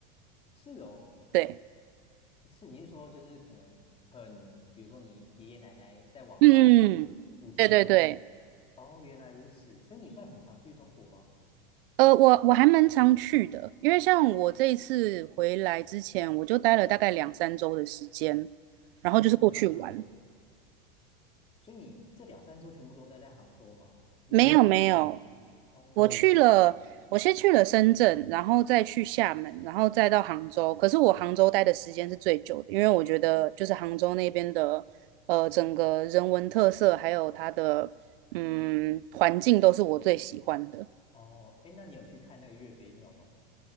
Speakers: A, on the left (about 20°); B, on the right (about 60°).
A: 是哦，
B: 对。
A: 是你是说就是可能很，比如说你爷爷奶奶在网上其实祖籍是在那边，
B: 嗯，对对对，
A: 哦，原来如此，所以你算很常去中国吗？
B: 呃，我我还蛮常去的，因为像我这一次回来之前，我就待了大概两三周的时间，然后就是过去玩。
A: 哦，那真的蛮久的诶，所以你这两三周全部都待在杭州吗？没有去旁边？
B: 没有没有，
A: 哦
B: 我嗯去了，我先去了深圳，然后再去厦门，然后再到杭州。可是我杭州待的时间是最久的，因为我觉得就是杭州那边的，呃，整个人文特色还有它的嗯环境都是我最喜欢的。
A: 哦，哎，那你有去看那个岳飞庙吗？